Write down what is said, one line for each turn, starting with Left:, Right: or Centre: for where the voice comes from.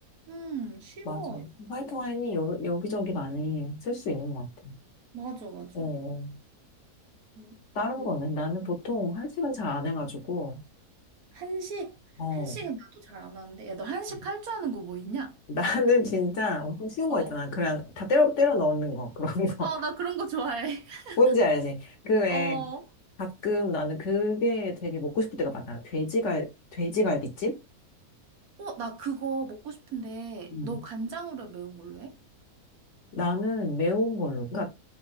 Right: 음, 쉬워,
Left: 맞아. 화이트
Right: 이것도.
Left: 와인이 여, 여기저기 많이 쓸 수 있는 것 같아.
Right: 맞아, 맞아.
Left: 예, 예.
Right: 음,
Left: 다른
Right: 그,
Left: 거는 나는 보통 한식은 잘 안 해가지고,
Right: 한식,
Left: 어.
Right: 한식은 나도 잘 안 하는데, 야, 너 한식
Left: <laughs>
Right: 할 줄 아는 거 뭐 있냐?
Left: 나는 진짜 엄청 쉬운
Right: 어.
Left: 거 있잖아. 그냥 다 때려, 때려 넣는 거. 그런 거.
Right: 아, 나 그런 거 좋아해.
Left: <laughs>
Right: <laughs>
Left: 뭔지 알지? 그 외에
Right: 어, 어,
Left: 가끔 나는 그게 되게 먹고 싶을 때가 많아. 돼지갈, 돼지갈비찜?
Right: 나 그거 먹고 싶은데,
Left: 음.
Right: 너 간장으로 해? 매운 걸로 해?
Left: 나는 매운 걸로. 그러니까